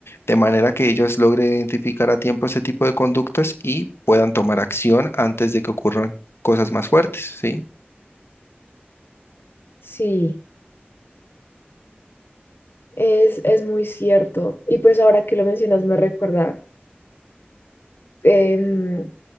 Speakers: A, on the left (about 85°); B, on the left (about 65°).
A: De manera que ellos logren identificar a tiempo este tipo de conductas y puedan tomar acción antes de que ocurran cosas más fuertes, ¿sí?
B: Sí, es, es muy cierto. Y pues ahora que lo mencionas me recuerda em,